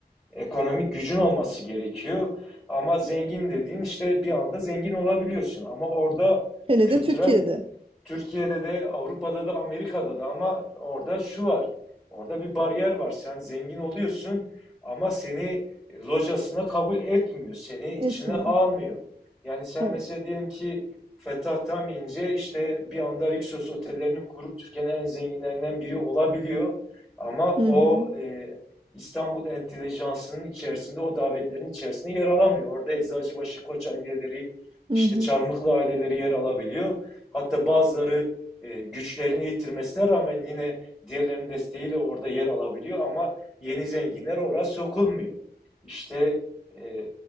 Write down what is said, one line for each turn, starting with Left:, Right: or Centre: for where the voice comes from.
Centre: ekonomik gücün olması gerekiyor. Ama zengin dediğin işte bir anda zengin olabiliyorsun. Ama orada
Right: Hele
Centre: kültürel
Right: de Türkiye'de
Centre: Türkiye'de de, Avrupa'da da, Amerika'da da ama orada şu var. Orada bir bariyer var. Sen zengin oluyorsun ama seni e, locasına kabul etmiyor. Seni içine
Right: etmiyor.
Centre: almıyor. Yani sen
Right: Evet.
Centre: mesela diyelim ki Fetah Tam İnce işte bir anda Rixos otellerini kurup Türkiye'nin en zenginlerinden biri olabiliyor. Ama o
Right: Hı hı.
Centre: e, İstanbul entelijansının içerisinde, o davetlerin içerisinde yer alamıyor. Orada Eczacıbaşı Koç aileleri, işte
Right: Hı hı.
Centre: Çarmıklı aileleri yer alabiliyor. Hatta bazıları e, güçlerini yitirmesine rağmen yine diğerlerinin desteğiyle orada yer alabiliyor ama yeni zenginler oraya sokulmuyor. İşte e,